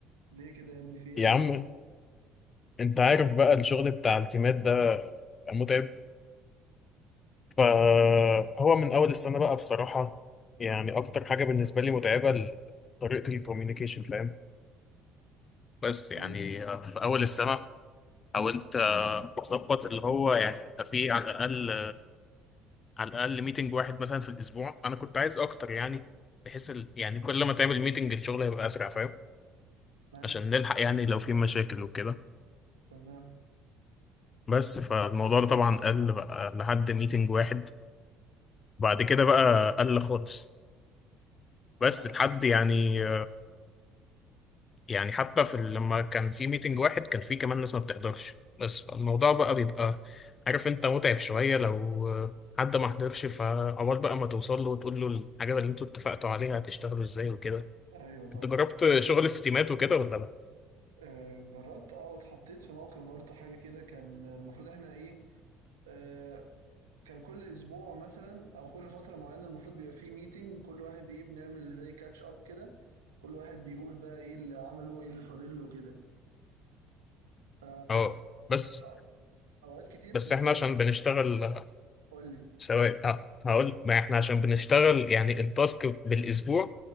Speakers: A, on the right; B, on the left.
A: ليه كده يا ابني فيه إيه؟
B: يا
A: قلقتني
B: عم انت عارف بقى الشغل بتاع التيمات ده بيبقى متعب فهو من اول السنة بقى بصراحة يعني اكتر حاجة بالنسبة لي متعبة ال- طريقة الكوميونيكيشن فاهم بس يعني
A: تمام
B: في اول السنة حاولت آه، اظبط اللي هو يعني يبقى فيه على الاقل على الاقل ميتنج واحد مثلا في الاسبوع انا كنت عايز اكتر يعني بحيث ال- يعني كل ما تعمل ميتنج الشغل هيبقى اسرع فاهم
A: تمام
B: عشان نلحق يعني لو في مشاكل وكده
A: تمام
B: بس فالموضوع ده طبعا قل بقى لحد ميتنج واحد بعد كده بقى قل خالص بس
A: اه
B: لحد يعني يعني حتى في ال- لما كان في ميتنج واحد كان في كمان ناس ما بتقدرش بس فالموضوع بقى بيبقى عارف انت متعب شوية لو حد ما حضرش فعقبال بقى ما توصل له وتقول له الحاجات اللي انتوا اتفقتوا عليها هتشتغلوا ازاي وكده
A: ايوه طبعا
B: انت جربت شغل في تيمات وكده ولا لا؟
A: آه جربت اه واتحطيت في موقف برضو حاجة كده كان المفروض احنا ايه آه كان كل اسبوع مثلا او كل فترة معينة المفروض بيبقى فيه ميتنج كل واحد ايه بنعمل زي كاتش اب كده كل واحد بيقول بقى ايه اللي عمله ايه اللي فاضل له كده ف
B: اه بس
A: أو- اوقات كتير
B: بس احنا
A: كان
B: عشان بنشتغل
A: قول لي
B: سواء ه- هقول ما احنا عشان بنشتغل يعني التاسك بالاسبوع